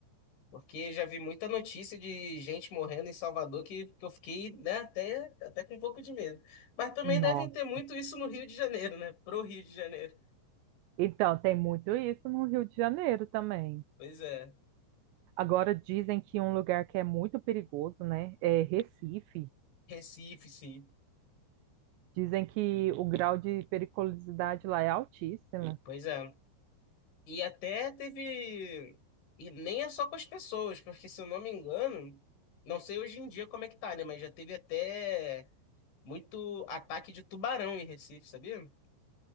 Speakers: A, on the left; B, on the right.
A: Porque já vi muita notícia de gente morrendo em Salvador que, que eu fiquei, né, até, até com um pouco de medo. Mas também
B: nossa.
A: devem ter muito isso no Rio de Janeiro, né? Pro Rio de Janeiro.
B: Então, tem muito isso no Rio de Janeiro também.
A: Pois é.
B: Agora dizem que um lugar que é muito perigoso, né, é Recife.
A: Recife, sim.
B: Dizem que o grau de periculosidade lá é altíssimo.
A: Pois é. E até teve. E nem é só com as pessoas, porque se eu não me engano, não sei hoje em dia como é que tá, né? Mas já teve até muito ataque de tubarão em Recife, sabia?